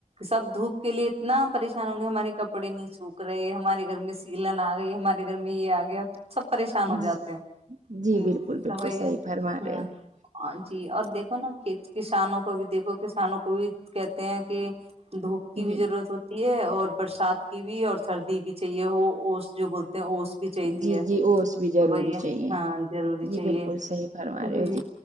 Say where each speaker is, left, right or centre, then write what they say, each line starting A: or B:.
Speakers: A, on the right (about 50°); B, on the right (about 65°).
A: سب دھوپ کے لیے اتنا پریشان ہوں گے ہمارے کپڑے نہیں سوکھ رہے ہمارے گھر میں سیلن آ گئی ہمارے گھر میں یہ آ گیا سب پریشان ہو
B: جی
A: جاتے ہیں
B: جی
A: ہ
B: بالکل بالکل
A: تو وہی
B: صحیح
A: ہے
B: فرما رہے
A: ہ
B: ہو
A: جی اور دیکھو نا ک کسانوں کو بھی دیکھو کسانوں کو بھی کہتے ہیں کہ دھوپ کی بھی
B: جی
A: ضرورت ہوتی اور برسات کی بھی اور سردی بھی چاہیے وہ اوس جو بولتے ہیں اوس بھی چاہیتی
B: جی
A: ہے
B: جی اوس بھی ضروری
A: تو وہی
B: چاہیے
A: ہاں ضروری
B: جی
A: چاہیے
B: بالکل صحیح فرما
A: جی
B: رہے ہو